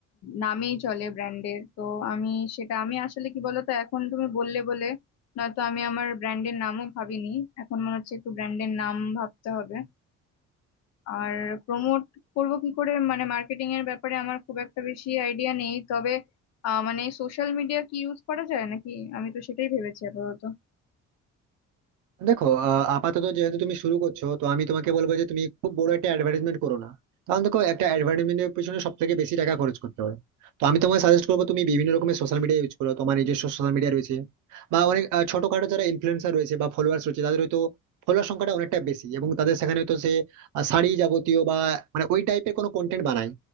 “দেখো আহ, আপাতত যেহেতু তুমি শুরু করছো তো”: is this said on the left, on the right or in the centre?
Right